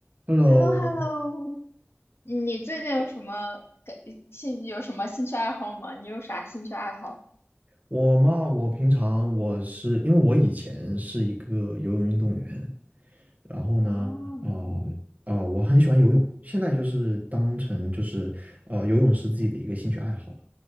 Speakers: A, on the right; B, on the left.
A: Hello，Hello，
B: h e l l o h e l l o 你最近有什么感兴有什么兴趣爱好吗？你有啥兴趣爱好？
A: 我嘛，我平常我是因为我以前是一个游泳运动员，然后呢，
B: 哦，
A: 啊、啊、我很喜欢游泳，现在就是当成就是呃游泳是自己的一个兴趣爱好了。